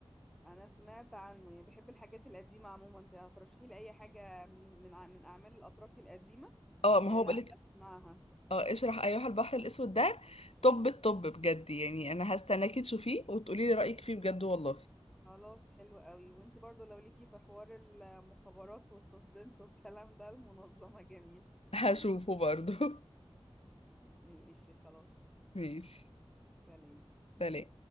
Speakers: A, in the centre; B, on the left.
A: انا سمعت عنه يعني بحب الحاجات القديمه عموما انت هترشحي لي اي حاجه من ع- من اعمال الاتراك القديمه
B: اه ما
A: آه
B: هو
A: لا
B: بقولك
A: اسمعها
B: اه اشرح ايها البحر الاسود ده طب الطب بجد يعني انا هستناكي تشوفيه وتقولي لي رايك فيه بجد والله
A: خلاص حلو قوي وانت برضو لو ليكي في حوار المخابرات والسسبنس والكلام ده المنظمه جميل
B: هشوفه
A: <laughs>
B: برضو <laughs>
A: ماشي خلاص
B: ماشي
A: سلام
B: سلام